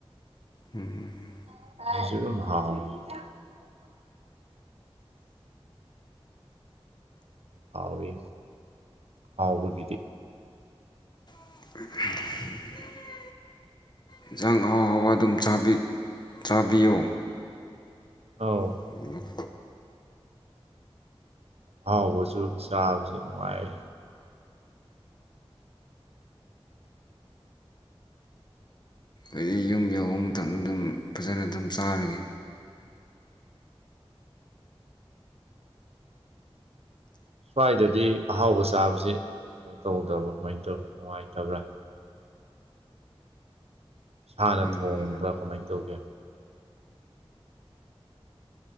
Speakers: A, on the left (about 45°); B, on the right (about 80°).
A: ꯎꯝ
B: <unintelligible> ꯍꯥꯎꯋꯤ ꯍꯥꯎꯕꯒꯤꯗꯤ
A: <inaudible> ꯏꯟꯁꯥꯡ ꯑꯍꯥꯎ ꯑꯍꯥꯎꯕ ꯑꯗꯨꯝ ꯆꯥꯕꯤ ꯆꯥꯕꯤꯌꯣ
B: ꯑꯧ
A: ꯎꯝ
B: ꯑꯍꯥꯎꯕꯁꯨ ꯆꯕꯁꯦ ꯅꯨꯡꯉꯥꯏꯑꯦ
A: ꯑꯩꯗꯤ ꯌꯨꯝ ꯌꯧꯕ ꯃꯇꯝꯗ ꯑꯗꯨꯝ ꯐꯖꯅ ꯑꯗꯨꯝ ꯆꯥꯔꯒꯦ
B: ꯁ꯭ꯋꯥꯏꯗꯗꯤ ꯑꯍꯥꯎꯕ ꯆꯥꯕꯁꯦ ꯀꯩꯅꯣ ꯇꯧꯗꯕꯥꯀꯃꯥꯏꯅ ꯇꯧꯏ ꯅꯨꯡꯉꯥꯏꯇꯕ꯭ꯔꯥ ꯏꯁꯥꯅ
A: ꯎꯝ
B: ꯊꯣꯡꯕ꯭ꯔꯥ ꯀꯃꯥꯏ ꯇꯧꯒꯦ